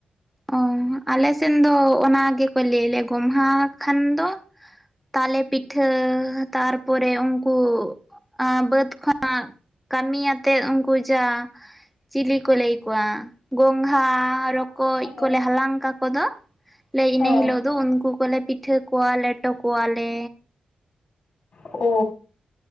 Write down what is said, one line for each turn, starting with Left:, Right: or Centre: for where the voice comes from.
Centre: ᱚ ᱟᱞᱮ ᱥᱮᱱ ᱫᱚ ᱚᱱᱟ ᱜᱮᱠᱚ ᱞᱟᱹᱭ ᱞᱮᱭᱟ ᱜᱚᱢᱦᱟ ᱠᱷᱟᱱ ᱫᱚ ᱛᱟᱞᱮ ᱯᱤᱴᱷᱟᱹ ᱛᱟᱨᱯᱚᱨᱮ ᱩᱝᱠᱩ ᱟᱸ ᱵᱟᱹᱫᱽ ᱠᱷᱚᱱᱟᱜ ᱠᱟᱹᱢᱤᱭ ᱟᱛᱮᱫ ᱩᱝᱠᱩ ᱡᱟ ᱪᱤᱞᱤ ᱠᱚ ᱞᱟᱹᱭ ᱠᱚᱣᱟ? ᱜᱚᱝᱜᱷᱟ ᱨᱚᱠᱚᱡ
Left: ᱦᱮᱸ
Centre: ᱠᱚᱞᱮ ᱦᱟᱞᱟᱝ ᱠᱟᱠ ᱠᱚᱫᱚ ᱞᱮ ᱤᱱᱟᱹ
Left: ᱦᱮᱸ
Centre: ᱦᱤᱞᱳᱜ ᱫᱚ ᱩᱱᱠᱩ ᱠᱚᱞᱮ ᱯᱤᱴ ᱴᱷᱟᱹ ᱠᱚᱣᱟ ᱞᱮᱴᱚ ᱠᱚᱣᱟᱞᱮ᱾
Left: ᱚ